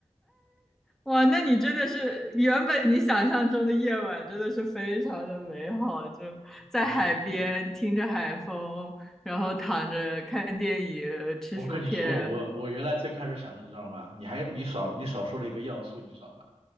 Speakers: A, in the centre; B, on the right (about 55°).
A: 哇，那你真的是原本你想象中的夜晚真的是非常的美好，就在海边听着海风，
B: <laughs> 我
A: 然后躺着看电影、吃薯片，
B: 我跟你说，我我原来最开始想的，你知道吗？你还你少你少说了一个要素，你知道吗？